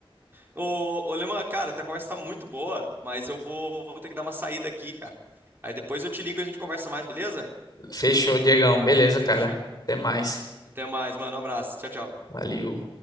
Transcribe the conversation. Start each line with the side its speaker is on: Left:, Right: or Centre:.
Right: Ô, ô Leman, cara, tá, a conversa tá muito boa, mas eu vou, vou ter que dar uma saída aqui, cara. Aí depois eu te ligo e a gente conversa mais, beleza?
Left: Fechou, Diegão. Beleza, cara.
Right: Fechou.
Left: Até mais.
Right: Até mais, mano. Um abraço. Tchau, tchau.
Left: Valeu.